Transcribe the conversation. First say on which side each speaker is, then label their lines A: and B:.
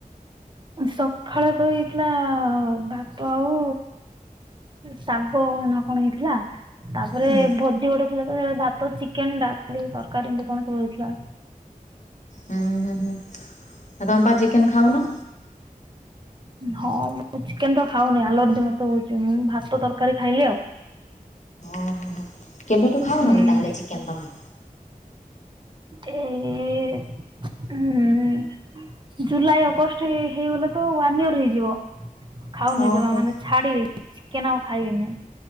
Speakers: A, on the right (about 30°); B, on the left (about 50°).
A: ସକାଳେ ତ ହେଇଥିଲା ଭାତ ଆଉ ଶାଗ ନା କଣ ହେଇଥିଲା? ତାପରେ
B: ହୁଁ
A: ଭୋଜି ଗୋଟେ ଥିଲା ଭାତ ଚିକେନ ଡାଲି ତରକାରୀ ଏମତି କଣ ସବୁ ହେଇଥିଲା।
B: ହୁଁ ହୁଁ ହୁଁ। ଆଉ ତମ ପା ଚିକେନ୍ ଖାଉନ?
A: ହଁ ମୁଁ ଚିକେନ ତ ଖାଉନି ଆଲର୍ଜି ମତେ ହଉଛି ମୁଁ ଭାତ ତରକାରୀ ଖାଇଲି ଆଉ।
B: ଓହୋ ହୋ କେବେଠୁ ଖାଉନ
A: ହୁଁ
B: କି ତାହେଲେ ଚିକେନ ତମେ?
A: ଏଇ ହଁ। ଜୁଲାଇ ଅଗଷ୍ଟ ହେଇଗଲେ ତ। ର ହେଇଯିବ ଖାଉନି
B: ଓହୋ
A: ଜମା ମାନେ ଛାଡି ଦେଇ ଚିକେନ ଆଉ ଖାଇବିନି।